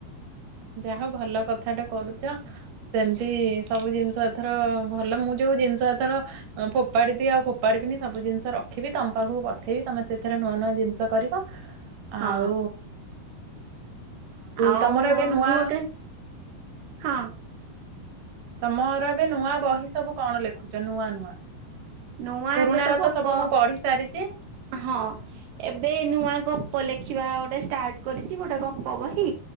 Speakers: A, on the right; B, on the right.
A: ଯାହା ହଉ ଭଲ କଥା ଟା କରୁଛ ସେମିତି ସବୁ ଜିନିଷ ଏଥର ଭଲ ମୁଁ ଯୋଉ ଜିନିଷ ଏଥର ଫୋପାଡି ଦିଏ ଆଉ ଫୋପାଡି ବିନି ସବୁ ଜିନିଷ ରଖିବି ତମ ପାଖକୁ ପଠେଇବି ତମେ ସେଥିରେ ନୂଆ ନୂଆ ଜିନିଷ କରିବ। ଆଉ
B: ହଁ। ଆଉ
A: ତମର ଏବେ
B: ଉ
A: ନୂଆ
B: ମୁଁ ଗୋଟେ, ହଁ।
A: ତମର ଏବେ ନୂଆ ବହି ସବୁ କଣ ଲେଖୁଛ, ନୂଆ ନୂଆ?
B: ନୂଆ
A: ପୁରୁଣା
B: ଏବେ
A: ର
B: ଗପ
A: ତ ସବୁ ମୁଁ ପଢି ସାରିଚି
B: ହଁ ଏବେ ନୂଆ ଗପ ଲେଖିବା ଗୋଟେ ଷ୍ଟାର୍ଟ କରିଛି ଗୋଟେ ଗପ ବହି